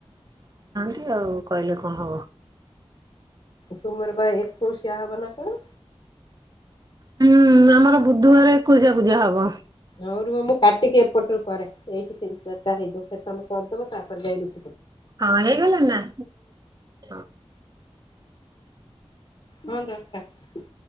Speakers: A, on the right; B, on the left.
A: ଏମିତି ଆଉ କହିଲେ କଣ ହବ?
B: ତୁମର ବା ଏକଉସି ଆ ହବ ନା କଣ?
A: ହଁ ଆମର ବୁଧବାର ଏ କୋଇଶିଆ ପୂଜା ହବ।
B: ଆଉ ର ମୁଁ କାଟିକି ଏପଟରୁ କରେ ଏଇଠି ହେଇଯିବ ସେ ତମେ କରିଦବ ତାପରେ ଯାଇ
A: ହଁ ହେଇଗଲାଣି ନା? ହଁ
B: <unintelligible> ହଁ ଦଶଟା। ହୁଁ।